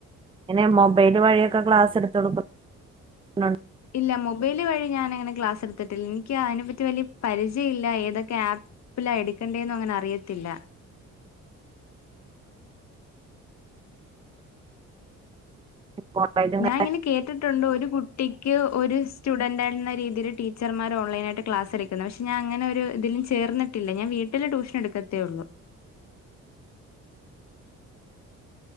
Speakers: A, on the right (about 15°); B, on the left (about 60°).
A: പിന്നെ മൊബൈല് വഴിയക്ക ക്ലാസ് എടുത്തൊടുക്കും ന്നോൻ-
B: ഇല്ല മൊബൈല് വഴി ഞൻങ്ങനെ ക്ലാസ് എടുത്തിട്ടില്ല എനിക്ക് അതിനെ പറ്റി വലിയ പരിചയ ഇല്ല ഏതൊക്കെ ആപ്പിലാ എടുക്കേണ്ടെന്നും അങ്ങനെ അറിയത്തില്ല
A: കോളേജും
B: ഞാൻ ഇങ്ങനെ കേട്ടിട്ടുണ്ട് ഒരു കുട്ടിക്ക് ഒരു സ്റ്റുഡന്റ് എന്ന രീ- ഇതിരു ടീച്ചറമ്മാര് ഓൺലൈനായിട്ട് ക്ലാസ് എടുക്കുന്ന പക്ഷെ ഞാൻ അങ്ങനെ ഒരു ഇതിലും ചേർന്നട്ടില്ല ഞാൻ വീട്ടില് ട്യൂഷൻ എടുക്കത്തേള്ളു